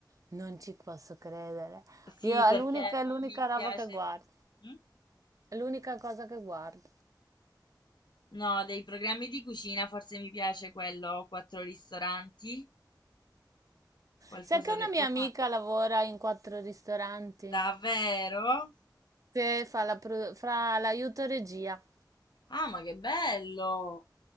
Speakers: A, on the right; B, on the left.
A: non ci posso credere.
B: Sì,
A: Io è
B: perché
A: l'unica, è
B: non
A: l'unica
B: mi
A: roba
B: piace.
A: che guardo.
B: Mm?
A: È l'unica cosa che guardo.
B: No, dei programmi di cucina forse mi piace quello Quattro ristoranti, qualcosa
A: Sai che una
B: de-
A: mia
B: lo fanno.
A: amica lavora in quattro ristoranti?
B: Davvero?
A: Sì, fa la pro- fa l'aiuto regia.
B: Ah, ma che bello!